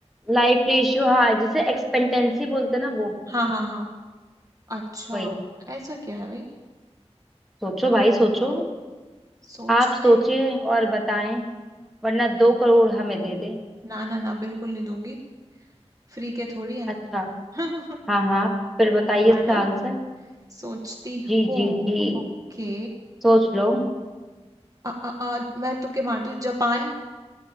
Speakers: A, in the centre; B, on the right (about 30°).
A: लाइफ रेशियो हाँ जिसे एक्सपेक्टेंसी बोलते हैं ना वो
B: हाँ हाँ हाँ अच्छा
A: वही
B: ऐसा क्या है भाई
A: सोचो भाई सोचो
B: सोचना
A: आप सोचे
B: ही
A: और बताएं वरना दो करोड़ हमें दे दे
B: ना ना ना बिल्कुल नहीं दूंगी फ्री के थोड़ी है
A: अच्छा
B: <laughs>
A: हाँ हाँ फिर बताइए
B: है
A: इसका
B: ना
A: आंसर
B: सोचती
A: जी
B: हूँ
A: जी जी
B: ओके
A: सोच लो
B: अ, अ, अ, मैं तुक्के मारती हूँ जापान